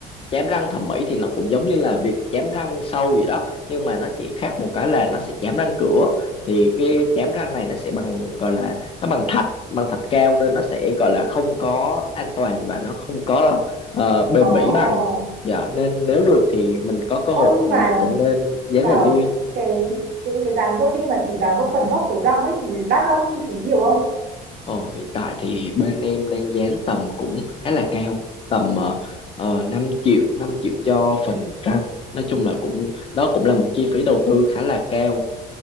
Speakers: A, on the left; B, on the right.
A: chém răng thẩm mỹ thì nó cũng giống như là việc chém răng sâu gì đó nhưng mà nó chỉ khác một cái là nó sẽ chém răng cửa thì cái chém răng này nó sẽ bằng gọi là nó bằng thạch bằng thạch cao nên nó sẽ gọi là không có an toàn và nó không có ờ, bền
B: Ồ.
A: bỉ bằng dạ nên nếu được thì mình có cơ
B: Ôi
A: hội
B: nhưng
A: thì
B: mà
A: mình cũng nên
B: chị
A: dán
B: bảo
A: veneer
B: cái cái cái dán vô đi mà chỉ dán một phần gốc của răng ấy thì đắt không chi phí nhiều không?
A: Ồ, hiện tại thì bên em đang dán tầm cũng khá là cao tầm uh, 5 triệu 5 triệu cho phần răng nói chung là cũng đó cũng là một chi phí đầu tư khá là cao